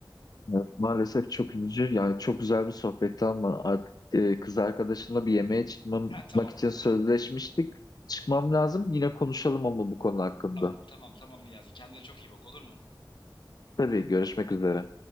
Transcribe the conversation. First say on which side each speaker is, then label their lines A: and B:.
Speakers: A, on the left (about 55°); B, on the left (about 85°).
A: Evet, maalesef çok üzücü. Yani çok güzel bir sohbetti ama artık e, kız arkadaşımla bir yemeğe çıkmamak
B: Ha tamam.
A: için sözleşmiştik.
B: Okey.
A: Çıkmam lazım. Yine konuşalım ama bu konu hakkında.
B: Tamam tamam tamam Niyazi. Kendine çok iyi bak olur mu?
A: Tabii görüşmek üzere.